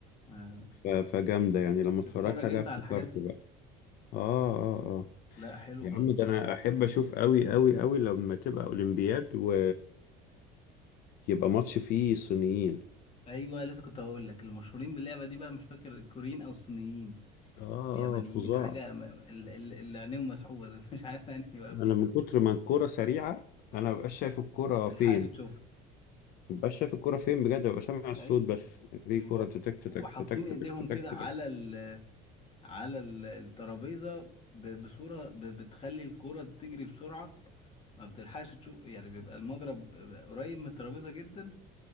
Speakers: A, on the left (about 35°); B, on the left (about 60°).
A: آه،
B: ف- فجامدة يعني لما اتفرجت
A: تتفرج
B: عليها
A: انت
B: افتكرت
A: على الحاجات دي
B: بقى اه اه اه
A: لا حلو
B: يا
A: خالص
B: عم ده انا
A: حلو.
B: احب اشوف قوي قوي قوي لما تبقى اولمبياد و يبقى ماتش فيه صينيين
A: ايوه لسه كنت هقول لك المشهورين باللعبه دي بقى مش فاكر الكوريين او الصينيين
B: اه
A: اليابانيين
B: اه فظاع
A: حاجة م- ال- ال- اللي عينيهم مسحوبة دول <laughs> مش عارف يعني <laughs> بقى
B: انا
A: فيه
B: من كتر ما الكرة سريعة انا مبقاش شايف الكرة
A: متلحقش
B: فين
A: تشوفها
B: مبقاش شايف الكرة فين بجد ببقى سامع الصوت
A: أيوة
B: بس
A: أيوة.
B: في
A: بيبقوا
B: كرة تتك تتك
A: وحاطين
B: تتك تتك
A: إيديهم
B: تتك
A: كده
B: تتك
A: على ال على ال- الترابيزة ب- بصورة ب- بتخلي الكرة تجري بسرعة ما بتلحقش تشوف يعني بيبقى المضرب قريب من الترابيزة جدا